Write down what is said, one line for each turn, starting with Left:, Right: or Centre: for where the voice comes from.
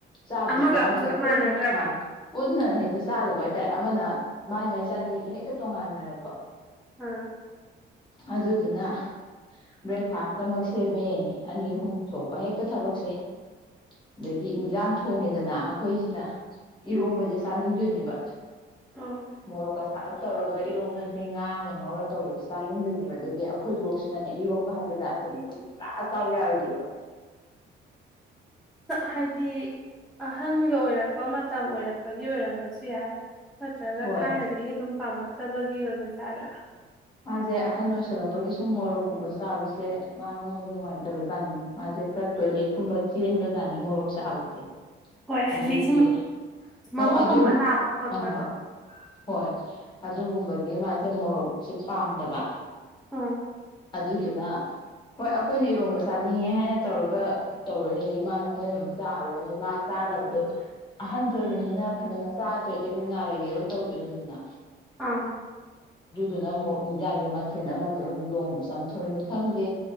Left: ꯆꯥꯕꯁꯤꯗ
Centre: ꯑꯃꯒ ꯑꯃꯒ
Left: ꯑꯃꯗ ꯄꯨꯟꯅ
Centre: ꯃꯥꯟꯅꯗ꯭ꯔꯕ
Left: ꯑ ꯄꯨꯟꯅꯅ ꯍꯦꯛꯇ ꯆꯥꯗꯕ ꯍꯥꯏ ꯍꯥꯏ ꯇꯥꯏ ꯑꯃꯅ ꯃꯥꯏ ꯃꯥꯏ ꯆꯥꯅꯤꯡꯒꯤ ꯍꯦꯛꯇ ꯇꯣꯡꯉꯥꯟꯅꯔꯛꯄ
Centre: ꯑ
Left: ꯑꯗꯨꯗꯗꯨꯅ ꯕ꯭ꯔꯦꯛꯐꯥꯁꯇꯃꯛ ꯁꯦꯝꯃꯦ ꯑꯅꯤ ꯑꯍꯨꯝ ꯊꯣꯛꯄ ꯍꯦꯛꯇ ꯊꯕꯛꯁꯦ ꯑꯗꯒꯤ ꯏꯟꯁꯥꯡ ꯊꯣꯡꯉꯦꯗꯅ ꯑꯩꯈꯣꯏꯁꯤꯅ ꯏꯔꯣꯝꯕꯁꯦ ꯆꯥꯅꯤꯡꯗꯣꯏꯅꯦꯕ
Centre: ꯑꯣ
Left: ꯃꯣꯔ ꯀ ꯁꯥ ꯇꯧꯔꯒ ꯏꯔꯣꯝꯗ ꯐꯦ ꯉꯥꯡꯉ ꯉꯧꯔ ꯇꯧꯕꯁꯨ ꯆꯥꯅꯤꯡꯗꯣꯏꯅꯦꯕ ꯑꯗꯒꯤ ꯑꯩꯈꯣꯏꯐꯥꯎ ꯅ ꯅ ꯏ ꯋꯥꯔꯃꯦ ꯇꯥꯁ ꯑꯣꯏ ꯇ꯭ꯔꯥꯁ ꯑ ꯌꯥꯔ ꯊ ꯐ
Centre: ꯍꯥꯏꯗꯤ ꯑꯍꯟꯒ ꯑꯣꯏꯔꯛꯄ ꯇ ꯑꯣꯏꯔ ꯐꯒꯤ ꯑꯣꯏꯔꯝꯕꯁꯨ ꯌꯥꯏ ꯅꯠꯇ꯭ꯔꯒ
Left: ꯍꯣꯏ
Centre: ꯊꯥꯏꯅꯗꯤ ꯑꯩ ꯑꯗꯨꯝ ꯄꯥꯝꯃꯛ ꯐꯠꯇꯕꯒꯤ ꯑꯣꯏꯕꯖꯥꯠꯂꯥ
Left: ꯃꯥꯁꯦ ꯑꯍꯟ ꯑꯣꯏꯁꯜꯂꯛꯄꯒꯤ ꯁꯨꯝ ꯃꯣꯔꯣꯛꯀꯨꯝꯕ ꯆꯥꯕꯁꯦ ꯃꯥꯉꯣꯟꯗ ꯅꯨꯡꯉꯥꯏꯇꯕꯖꯥꯠꯅꯤ ꯃꯥꯁꯦ ꯈꯔ ꯇꯣꯏꯂꯦꯠꯀꯨꯝꯕ ꯆꯦꯟꯕꯖꯥꯠꯅꯤ ꯃꯣꯔꯣꯛ ꯆꯥꯕꯁꯦ
Centre: ꯍꯣꯏ ꯍꯥꯏꯗꯤ
Left: ꯑꯗꯨꯒꯤ
Centre: ꯁꯨꯝ ꯃꯕꯨꯛꯀꯨꯝꯕ
Left: ꯑꯣ ꯑꯗꯨ
Centre: ꯅꯥꯕ ꯈꯣꯠꯄꯗꯣ
Left: ꯑꯥ ꯑꯥ ꯍꯣꯏ ꯑꯗꯨꯒꯨꯝꯕꯒꯤ ꯃꯥꯁꯦ ꯃꯣꯔꯣꯛ ꯁꯤ ꯄꯥꯝꯗꯕ
Centre: ꯑꯥ
Left: ꯑꯗꯨꯗꯨꯅ ꯍꯣꯏ ꯑꯩꯈꯣꯏꯅ ꯏꯔꯣꯝꯕ ꯆꯥꯅꯤꯡꯉꯦ ꯍꯥꯏꯅ ꯇꯧꯔꯒ ꯇꯧꯔꯅꯤ ꯑꯗꯒꯤ ꯃꯥꯅ ꯍꯣꯏꯅ ꯑꯃꯨꯛ ꯆꯥꯔꯣꯏ ꯑꯗꯨꯗꯤ ꯃꯥ ꯆꯥꯗꯕꯗꯣ ꯑꯍꯟꯁꯨ ꯑꯣꯏꯕꯅꯤꯅ ꯐꯖꯅ ꯆꯥꯗ꯭ꯔꯗꯤ ꯑꯃꯨꯛ ꯅꯥꯔꯒꯦꯔ ꯇꯧꯗꯣꯏꯅꯣ ꯑꯗꯨꯅ
Centre: ꯑꯥ
Left: ꯑꯗꯨꯅ ꯑꯃꯨꯛ ꯏꯟꯖꯥꯡꯒꯤ ꯃꯊꯦꯜ ꯑꯃꯃꯨꯛ ꯑꯃꯨꯛ ꯂꯣꯡꯕ ꯆꯝꯊꯣꯡꯅꯤ ꯈꯪꯗꯦ